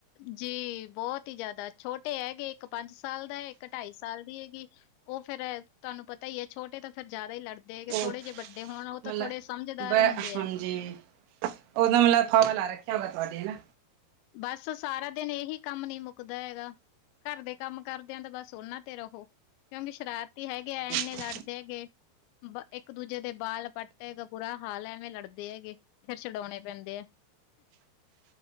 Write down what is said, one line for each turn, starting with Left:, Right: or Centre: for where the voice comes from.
Left: ਜੀ ਬਹੁਤ ਹੀ ਜ਼ਿਆਦਾ ਛੋਟੇ ਹੈਗੇ ਇੱਕ ਪੰਜ ਸਾਲ ਦਾ ਹੈ, ਇੱਕ ਢਾਈ ਸਾਲ ਦੀ ਹੈਗੀ ਉਹ ਫੇਰ ਤੁਹਾਨੂੰ ਪਤਾ ਹੀ ਹੈ ਛੋਟੇ ਤਾਂ ਫੇਰ ਜ਼ਿਆਦਾ ਹੀ ਲੜਦੇ ਹੈਗੇ
Right: ਉਹ
Left: ਥੋੜੇ ਜਿਹੇ ਵੱਡੇ ਹੋਣ ਉਹ ਤਾਂ
Right: ਮਤਲਬ
Left: ਥੋੜੇ ਸਮਝਦਾਰ ਹੁੰਦੇ ਆ
Right: ਹਾਂਜੀ ਦਾ ਮਤਲਬ ਫਾਵਾ ਲਾ ਰੱਖਿਆ ਵੇ। ਤੁਹਾਡੀ ਨਾ
Left: ਬਸ ਸਾਰਾ ਦਿਨ ਇਹੀ ਕੰਮ ਨਹੀਂ ਮੁੱਕਦਾ ਹੈਗਾ, ਘਰ ਦੇ ਕੰਮ ਕਰਦਿਆਂ ਤਾਂ ਬਸ ਉਹਨਾਂ ਤੇ ਰਹੋ ਕਿਉਂਕਿ ਸ਼ਰਾਰਤ ਹੈਗੇ ਆ
Right: ਹਾਂਜੀ
Left: ਇੰਨੇ ਲੜਦੇ ਹੈਗੇ ਬ ਇੱਕ ਦੂਜੇ ਦੇ ਬਾਲ ਪੱਟ ਹੈਗਾ ਬੁਰਾ ਹਾਲ ਐਵੇਂ ਲੜਦੇ ਹੈਗੇ ਫਿਰ ਛਡਾਉਣੇ ਪੈਂਦੇ ਆ।